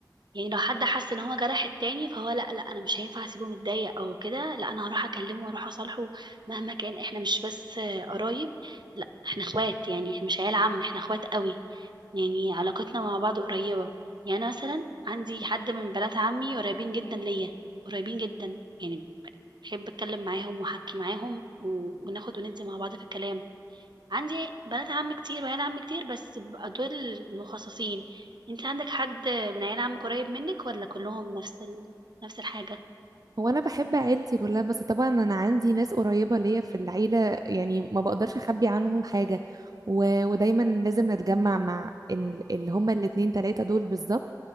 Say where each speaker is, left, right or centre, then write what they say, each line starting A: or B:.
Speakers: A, on the right; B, on the right.
A: يعني لو حد حس ان هو جرح التاني فهو لا لا انا مش هينفع اسيبه متضايق او كده لا انا هروح اكلمه واروح اصالحه مهما كان احنا مش بس آه، قرايب لا احنا اخوات يعني احنا مش عيال عم احنا اخوات قوي يعني علاقتنا مع بعض قريبة يعني أنا مثلا عندي حد من بنات عمي قريبين جدا ليا قريبين جدا يعني بحب اتكلم معاهم واحكي معاهم و... وناخد وندي مع بعض في الكلام عندي بنات عم كتير وعيال عم كتير بس بقى دول المخصصين انت عندك حد من عيال عم قريب منك ولا كلهم نفس ال... نفس الحاجة
B: هو انا بحب عيلتي كلها بس طبعا انا عندي ناس قريبه ليا في العيله يعني ما بقدرش اخبي عنهم حاجه و... ودايما لازم نتجمع مع ال... اللي هما الاتنين تلاته دول بالظبط